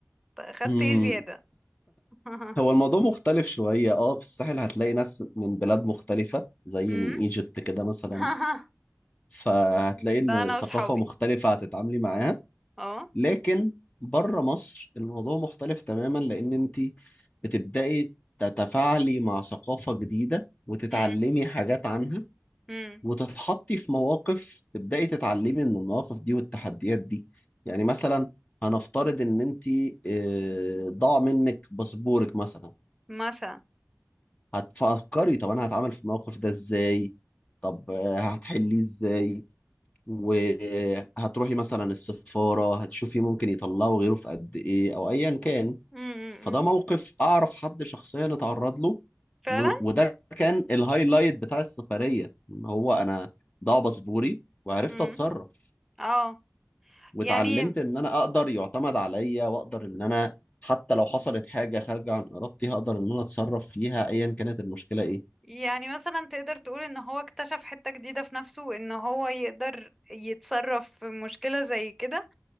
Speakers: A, in the centre; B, on the left (about 30°).
A: ط- خدت
B: مم،
A: ايه زيادة <laughs>
B: هو الموضوع مختلف شوية اه في الساحل هتلاقي ناس من بلاد مختلفة زي
A: امم
B: من ايجيبت كده مثلا
A: <laughs>
B: فهتلاقي
A: ده
B: ان
A: انا
B: ثقافة
A: وصحابي
B: مختلفة هتتعاملي معاها
A: اه
B: لكن بره مصر الموضوع مختلف تماما لان انت بتبدأي تتفاعلي مع ثقافة جديدة وتتعلمي
A: امم
B: حاجات عنها
A: امم
B: وتتحطي في مواقف تبدأي تتعلمي من المواقف دي والتحديات دي يعني مثلا هنفترض ان انت آه، ضاع منك باسبورك مثلا
A: مثلا
B: هتفكري طب انا هتعامل في الموقف ده ازاي طب آه، هتحليه ازاي وهتروحي مثلا السفارة هتشوفي ممكن يطلعوا غيره في قد إيه أو أيا كان
A: امم أمم.
B: فده موقف أعرف حد شخصيا اتعرض له
A: فعلا
B: و- وده كان الهايلايت بتاع السفرية إن هو أنا ضاع باسبوري وعرفت
A: امم
B: أتصرف
A: اه
B: واتعلمت
A: يعني
B: إن أنا أقدر يعتمد عليا وأقدر إن أنا حتى لو حصلت حاجة خارجة عن إرادتي هقدر إن أنا أتصرف فيها أيا كانت المشكلة إيه
A: يعني مثلا تقدر تقول ان هو اكتشف حتة جديدة في نفسه ان هو يقدر يتصرف في مشكلة زي كده